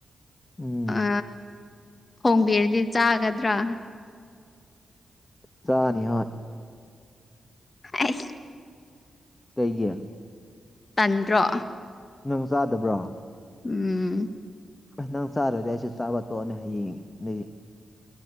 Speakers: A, on the left; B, on the left.
A: ꯎꯝ
B: ꯑ ꯊꯣꯡꯕꯤꯔꯗꯤ ꯆꯥꯒꯗ꯭ꯔꯥ
A: ꯆꯥꯅꯤ ꯍꯣꯏ
B: ꯑꯩꯁ
A: ꯒ <inaudible>
B: ꯇꯟꯗ꯭ꯔꯣ
A: ꯅꯪ ꯆꯥꯗꯕ꯭ꯔꯣ
B: ꯎꯝ
A: ꯑꯁ ꯆꯥꯗꯔꯗꯤ ꯑꯩꯁꯨ ꯆꯥꯕ ꯇꯣꯛꯑꯅꯤ ꯍꯌꯦꯡ ꯗꯒꯤ